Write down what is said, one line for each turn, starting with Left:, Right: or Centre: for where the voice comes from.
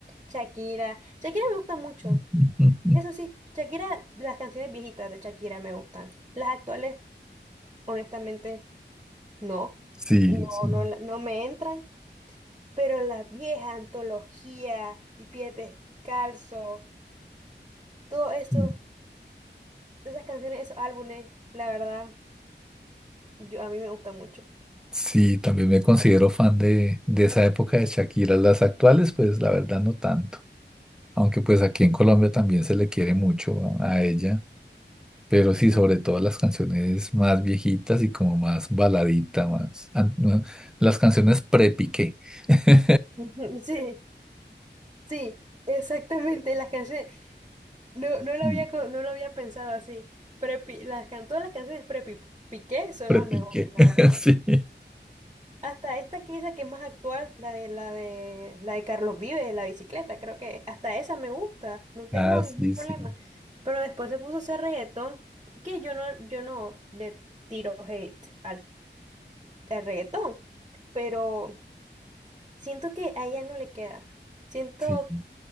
Right: Shakira. Shakira me gusta mucho.
Centre: <laughs>
Right: Eso sí, Shakira, las canciones viejitas de Shakira me gustan. Las actuales, honestamente. No,
Centre: Sí,
Right: no,
Centre: sí, sí.
Right: no, la- no me entran, pero la vieja antología, de pies descalzo, todo eso,
Centre: Sí,
Right: esas canciones, esos álbumes, la verdad, yo, a mí me gustan mucho.
Centre: Sí, también me considero fan de, de esa época de Shakira. Las actuales, pues la verdad no tanto. Aunque pues aquí en Colombia también se le quiere mucho a, a ella. Pero sí, sobre todo las canciones más viejitas y como más baladita, más... an- no, Las canciones pre-Piqué. <laughs>
Right: Ujú, Sí, sí, exactamente, las canciones, no, no lo
Centre: Sí,
Right: había, co- no lo había pensado así, pero pi- las, can- todas las canciones de Piqué son
Centre: Pre-Piqué,
Right: las mejores, la
Centre: <laughs>
Right: verdad.
Centre: sí.
Right: Hasta esta que dice que es más actual, la de la de la de Carlos Vives, la bicicleta, creo que hasta esa me gusta, no tengo
Centre: Ah,
Right: ningún
Centre: sí,
Right: problema.
Centre: sí.
Right: Pero después se puso a hacer reggaetón, que yo no, yo no le tiro hate al, al reggaetón, pero siento que a ella no le queda. Siento,
Centre: Sí.